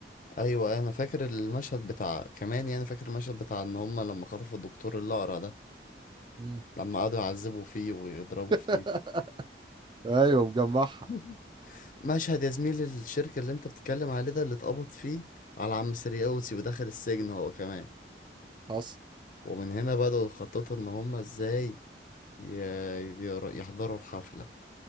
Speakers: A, on the left; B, on the right.
A: أيوة أنا فاكر المشهد بتاع كمان يعني فاكر المشهد بتاع إن هما لما خطفوا الدكتور الأقرع ده
B: مم.
A: لما قعدوا يعذبوا فيه ويضربوا
B: <laughs>
A: فيه
B: ايوه مجمعها
A: <laughs> مشهد يا زميلي الشركة اللي انت بتتكلم عليه ده اللي اتقبض فيه على عم سرياوتي ودخل السجن هو كمان
B: حصل
A: ومن هنا بدأوا يخططوا ان هما ازاي ي- ير- يحضروا الحفلة